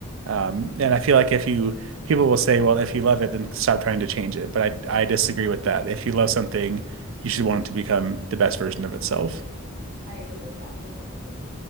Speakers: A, on the right; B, on the right.
A: Um, and I feel like if you people will say, well, if you love it, then stop trying to change it. But I I disagree with that. If you love something, you should want it to become the best version of itself.
B: I agree with that wholeheartedly.